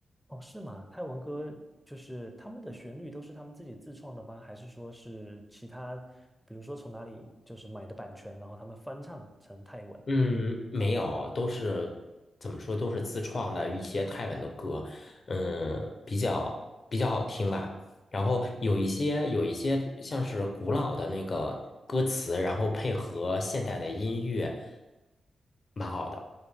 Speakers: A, in the centre; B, on the left.
A: 哦，是吗？泰文歌就是他们的旋律都是他们自己自创的吗？还是说是其他，比如说从哪里就是买的版权，然后他们翻唱成泰文？
B: 嗯，没有，都是怎么说，都是自创的一些泰文的歌，嗯，比较比较好听吧。然后有一些有一些像是古老的那个歌词，然后配合现代的音乐，蛮好的。